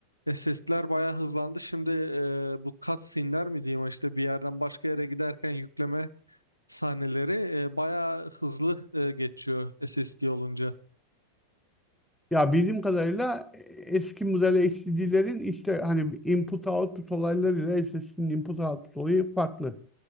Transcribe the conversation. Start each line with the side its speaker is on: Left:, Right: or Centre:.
Left: SSD'ler bayağı hızlandı. Şimdi e, bu cutscene'ler mi diyeyim işte bir yerden başka yere giderken yükleme sahneleri e, bayağı hızlı e, geçiyor SSD olunca.
Centre: Ya bildiğim kadarıyla e, eski model HDD'lerin işte hani input output olaylarıyla SSD'nin input output olayı farklı.